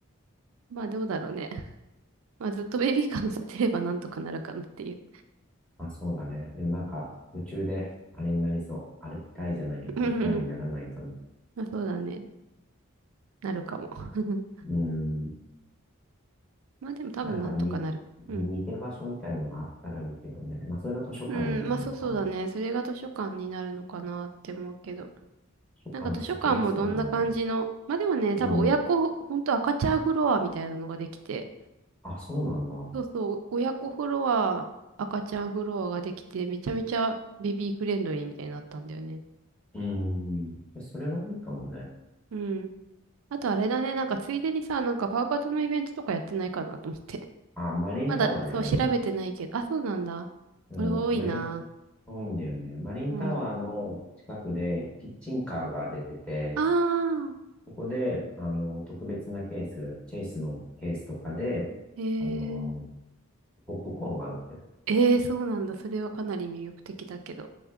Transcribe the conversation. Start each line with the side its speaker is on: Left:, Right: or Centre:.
Right: まあどうだろうね。<laughs> まあずっとベビーカー乗せてればなんとかなるかなっていう。
Centre: あ、そうだね。でもなんか、途中であれになりそう。歩きたいじゃないけど、
Right: <laughs> うんうんうん。
Centre: 出たいにならないかな。
Right: まあそうだね。なるかも。<laughs>
Centre: うん。
Right: まあでも多分なんとかなる。
Centre: なんかに、
Right: うん。
Centre: 逃げ場所みたいのがあったらいいけどね。まあ、それが図書館になるのか。
Right: うん、まあそうそうだね。
Centre: 図
Right: それが図書館になるのかなって思うけど。
Centre: 書館で叫びそうだな。
Right: なんか図書館もどんな感じの、まあでもね、
Centre: うん。
Right: 多分親子、ほんと赤ちゃんフロアみたいなのができて、
Centre: あ、そうなんだ。
Right: そうそう、親子フロア、赤ちゃんフロアができて、めちゃめちゃベビーフレンドリーみたいになったんだよね。
Centre: うん。じゃそれはいいかもね。
Right: うん。あとあれだね、なんかついでにさ、なんかパウパトのイベントとかやってないかなと思って。
Centre: あ、マリンタワーであるよ。
Right: <laughs> まだ、そう、調べてないけど、あ、そうなんだ。
Centre: うん。
Right: これ多いな。
Centre: マリン、遠いんだよね。マリンタワーの近くでキッチンカーが出てて、
Right: うん。あ
Centre: ここで、あの、特別なケース、チェイスのケースとかで、
Right: ーえ
Centre: あの、
Right: ー、
Centre: ポップコーンが売ってる。
Right: えー、そうなんだ。それはかなり魅力的だけど。